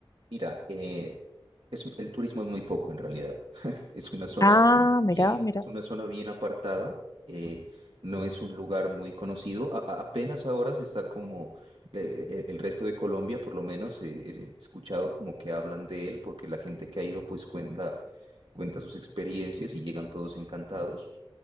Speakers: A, on the right (about 70°); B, on the left (about 40°).
A: Mira, eh, es, el turismo es muy poco en realidad. <laughs> Es una zona
B: Ah, mirá,
A: bien,
B: mirá,
A: es una zona bien apartada. eh, no es un lugar muy conocido. A- a- apenas ahora se está como le- e- el resto de Colombia, por lo menos, eh, es- he escuchado como que hablan de él, porque la gente que ha ido pues cuenta, cuenta sus experiencias y llegan todos encantados.